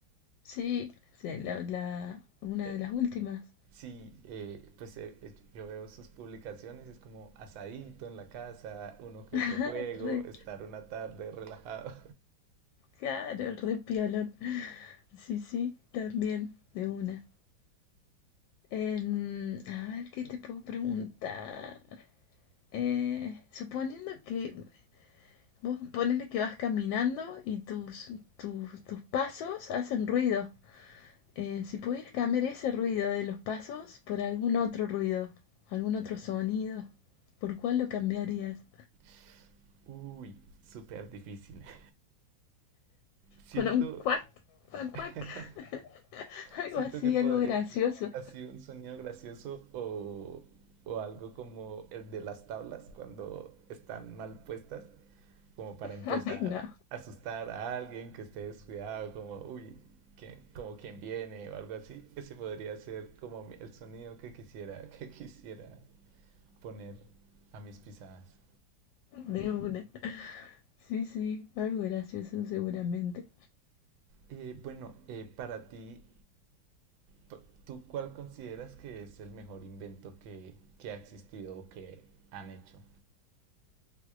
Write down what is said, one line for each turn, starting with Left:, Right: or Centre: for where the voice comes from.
Left: sí, sí, la, la- una
Right: Eh,
Left: de las últimas
Right: Sí, eh, pues eh, eh, yo veo sus publicaciones, es como asadito en la casa, uno que otro
Left: <laughs>
Right: juego,
Left: Re
Right: estar una tarde relajado.
Left: caro, re piolón. Sí, sí, también, de una. Em, a ver, ¿qué te puedo preguntar? Eh, suponiendo que vos ponele que vas caminando y tus, tus, tus pasos hacen ruido. Eh, si pudieras cambiar ese ruido de los pasos por algún otro ruido, algún otro sonido, ¿por cuál lo cambiarías?
Right: <laughs> Uy, súper difícil. <laughs> Siento,
Left: Por un cuac, cuac, cuac,
Right: <laughs>
Left: <laughs> algo
Right: siento
Left: así,
Right: que podría
Left: algo gracioso.
Right: ser así un sonido gracioso o, o algo como el de las tablas cuando están mal puestas. como para
Left: <laughs>
Right: empezar
Left: Ay, no,
Right: a asustar a alguien que esté descuidado, como, uy, ¿quién, como quién viene o algo así. Ese podría ser como mi- el sonido que quisiera, <laughs> que quisiera poner a mis pisadas.
Left: de una. Sí, sí, algo gracioso seguramente.
Right: Eh, bueno, eh, para ti, p- ¿tú cuál consideras que es el mejor invento que, que ha existido o que han hecho?